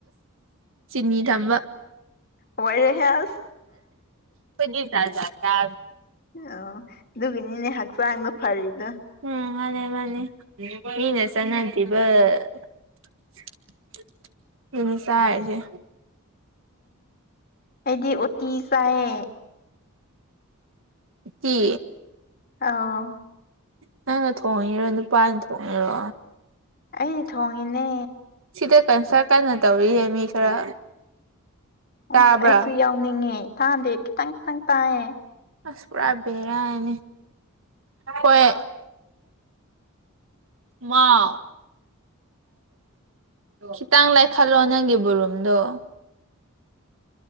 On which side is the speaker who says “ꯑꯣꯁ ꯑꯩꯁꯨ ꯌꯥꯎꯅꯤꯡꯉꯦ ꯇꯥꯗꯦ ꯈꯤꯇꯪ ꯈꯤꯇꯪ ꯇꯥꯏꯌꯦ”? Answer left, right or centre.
Left